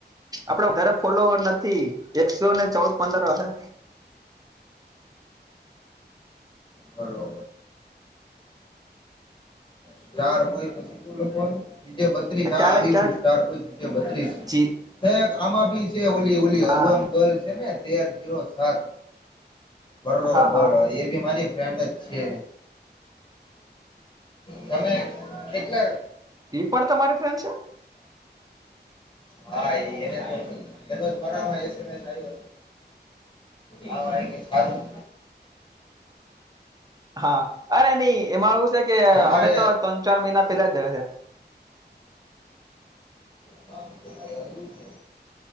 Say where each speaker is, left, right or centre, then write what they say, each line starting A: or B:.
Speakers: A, on the right (about 20°); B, on the left (about 25°).
A: આપડ વધારે ફોલોવર નથી એકસો ને ચૌદ પંદર વા
B: કરો સ્ટાર હોય પછી શું લખવાનું જીજે બત્રીસ હા
A: ક્યારેક
B: આવી
A: ક્યારેક
B: ગયું સ્ટારયીજે બત્રીસ
A: જી
B: આમાં બી છે ઓલી ઓલી
A: હા
B: હલોન ગલ છે ને તે ીરો સાત બરો
A: હા
B: બરોર
A: હા
B: એ બી મારી ફ્રેન્ડ જ છે તમે કેટલા
A: ઈ પડ તમારી ફ્રેન્ડ છે
B: હાને તો એનોરા કર આવ આ સારું
A: હા અરે નહી એમાં એું છે કે
B: તમારે
A: અમે તો ત્રણ ચાર મહિના પેલા જ ગયા છે
B: હા એવું છે